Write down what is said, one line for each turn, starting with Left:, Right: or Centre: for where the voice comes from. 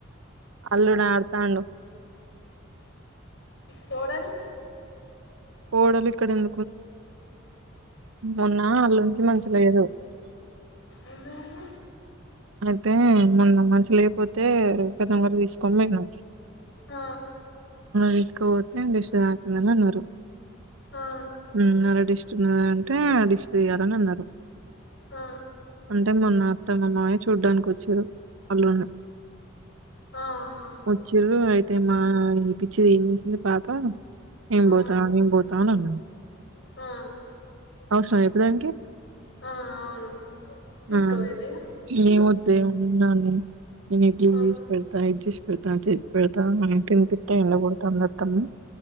Right: అల్లుడు అడుతాండ
Left: కోడలు
Right: కోడలు ఇక్కడ ఉంది మొన్న అల్లునికి మంచి లేదు
Left: ఏమైంది
Right: అతే మొన్న మంచి లేకపోతే పెదం దగ్గర తీసుకొని పోయాం
Left: ఆ
Right: తీసుకుపోతే దిష్టి తాకింది అని అన్నారు
Left: ఆ
Right: ఉ నర దిష్టి అంటే డిష్ తీయ్యాలని అన్నారు
Left: ఆ
Right: అంటే మొన్నోత్తమం మావయ్య చూడ్డానికి వచ్చిండ్రు పలోన్న
Left: ఆహా
Right: వచ్చిరు అయితే మా పిచ్చిది ఏం చేసింది పాప నిన్
Left: ఆ
Right: బోతా నీ తాను అన్నది
Left: ఆ
Right: అవసరమా చెప్పు దానికి
Left: ఆ అవును తీసుకుపోయిర్రు
Right: ఆ
Left: ఇగ
Right: ఏ ఉండాలి నేను ఇడ్లీలు
Left: ఆ
Right: తీసుకుపోయి ఇస్తా అని ఇచ్చేసి నాకి పోతాను తినిపిస్తా ఎండబడుతాంది త్తమ్మి